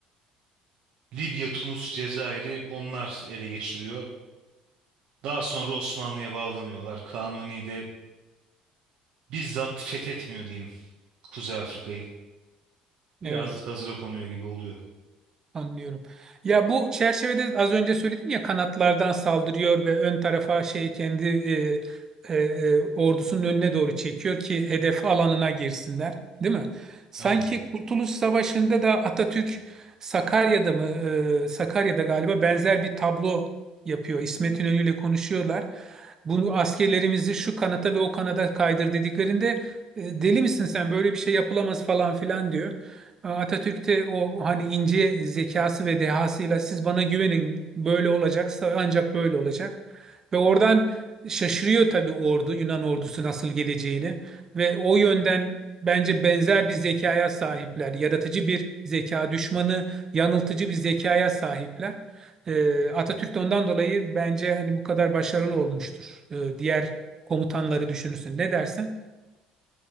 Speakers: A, on the right (about 65°); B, on the right (about 25°).
A: Libya, Tunus, Cezayir'i onlar ele geçiriyor. Daha sonra Osmanlı'ya bağlanıyorlar. Kanuni de bizzat fethetmiyor diyeyim Kuzey Afrika'yı. Biraz
B: Evet.
A: hazıra konuyor gibi oluyor.
B: Anlıyorum. Ya bu çerçevede az önce söyledim ya kanatlardan saldırıyor ve ön tarafa şey kendi e, e, e, ordusunun önüne doğru çekiyor ki hedef alanına girsinler, değil mi? Sanki
A: Aynen.
B: Kurtuluş Savaşı'nda da Atatürk Sakarya'da mı e, Sakarya'da galiba benzer bir tablo yapıyor. İsmet İnönü ile konuşuyorlar. Bunu askerlerimizi şu kanata ve o kanada kaydır dediklerinde e, deli misin sen böyle bir şey yapılamaz falan filan diyor. Ee, Atatürk'te o hani ince zekası ve dehasıyla siz bana güvenin böyle olacaksa ancak böyle olacak. Ve oradan şaşırıyor tabii ordu Yunan ordusu nasıl geleceğini ve o yönden bence benzer bir zekaya sahipler. Yaratıcı bir zeka, düşmanı yanıltıcı bir zekaya sahipler. Ee, Atatürk de ondan dolayı bence hani bu kadar başarılı olmuştur. Ee, diğer komutanları düşünürsün. Ne dersin?